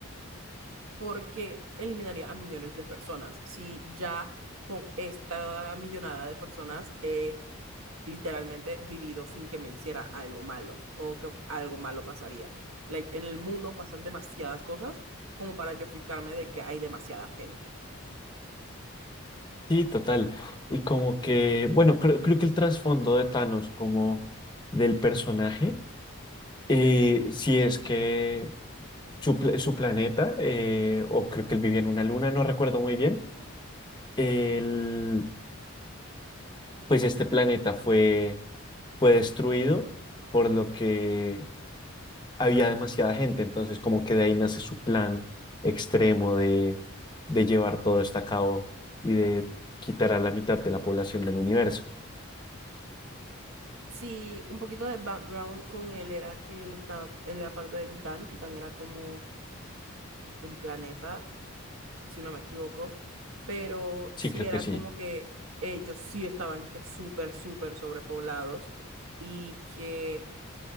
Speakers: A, on the right (about 75°); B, on the left (about 20°).
A: porque eliminaría a millones de personas. Si ya con esta millonada de personas he literalmente vivido sin que me hiciera algo malo o que algo malo pasaría. Like, en el mundo pasan demasiadas cosas como para yo fijarme de que hay demasiada gente.
B: Sí, total. Y como que, bueno, creo, creo que el trasfondo de Thanos como del personaje, eh, sí es que su, pla- su planeta, eh, o creo que él vivía en una luna, no recuerdo muy bien. El- pues este planeta fue, fue destruido, por lo que había demasiada gente, entonces como que de ahí nace su plan extremo de, de llevar todo esto a cabo y de quitar a la mitad de la población del universo.
A: Sí, un poquito de background con él era que él estaba, él era parte de Titán. Titán era como un planeta si no me equivoco, pero
B: Sí,
A: sí
B: creo
A: era
B: que sí.
A: como que ellos sí estaban, dije, súper, súper sobrepoblados y que